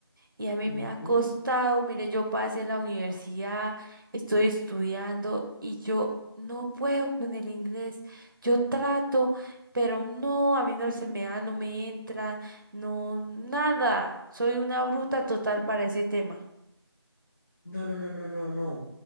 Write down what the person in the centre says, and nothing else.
Ujú.
No, no, no, no, no, no,